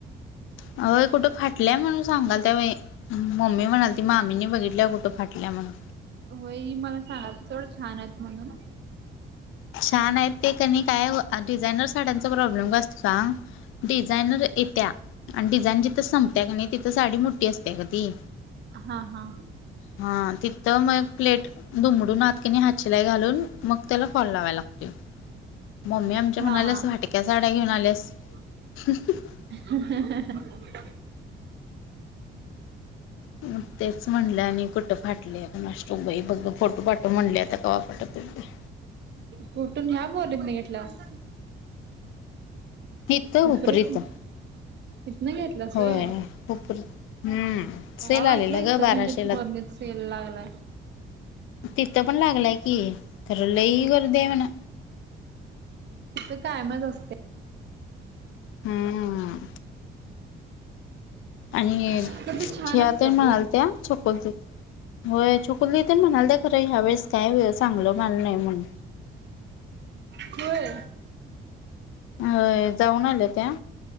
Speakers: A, on the left; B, on the right.
A: अ होय कुठं फाटल्या म्हणून सांगालत्या बाई हम्म मम्मी म्हणालती मामीनी बघितल्या कुठं फाटल्या म्हणून
B: होय ही मला सांगालती सोड छान आहेत म्हणून
A: छान आहेत ते कनी काय डिझायनर साड्यांचा प्रॉब्लेम काय असतोय सांग डिझाईनर येत्या आणि डिझाईन जिथं संपत्या कनी तिथं साडी मोठी असत्या गं ती
B: हा हा
A: हा तिथं मग प्लेट दुमडून आत कणी हातशिलाई घालून मग त्याला फॉल लावायला लागतय मम्मी आमची
B: हा
A: म्हणाल्या
B: हा
A: फाटक्या साड्या घेऊन आल्यास
B: <inaudible>
A: <unintelligible>
B: <unintelligible>
A: मग तेच म्हटल आणि कुठं फाटल्या कुणास ठाऊक बाई बघ बघ फोटो पाठव म्हटल्या आता कवा पाठवित्या बघूया
B: कुठून ह्या मोलीतन घेतलास
A: इथ हुपरीत
B: हुपरीतन तिथनं घेतलास
A: होय
B: व्हय.
A: हुपरीत हम्म
B: मला
A: सेल
B: वाटलं
A: आलेला
B: इचलकरंजीत
A: गं बाराशेला
B: मोरणीत सेल लागलाय
A: तिथं पण लागलाय की खरं लई गर्दी हाय म्हण
B: तिथं कायमच असत्या
A: हम्म आणि छाया
B: पण ते छान असतात
A: ताई म्हणालत्या
B: ग.
A: <inaudible> होय छकुली दी तेन म्हणालत्या खरं ह्या वेळेस काय बाई चांगलं माल नाही म्हणून
B: होय
A: अ होय जाऊन आल्या त्या